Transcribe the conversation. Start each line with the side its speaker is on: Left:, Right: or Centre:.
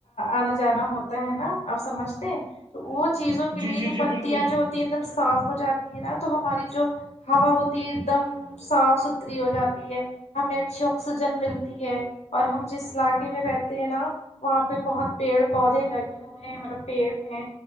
Left: آنا جانا ہوتا ہے نا آپ سمجھتے تو وہ چیزوں کے
Right: جی
Left: لیے
Right: جی
Left: جو
Right: جی
Left: پتیاں
Right: بالکل
Left: جو ایک دم صاف ہو جاتی ہے نا تو ہماری جو ہوا ہوتی ہے ایک دم صاف ستھری ہو جاتی ہے ہمیں اچھی آکسیجن ملتی ہے اور ہم جس علاقے میں رہتے ہیں نا وہاں پہ بہت پیڑ پودے لگے ہوئے ہیں مطلب پیڑ ہیں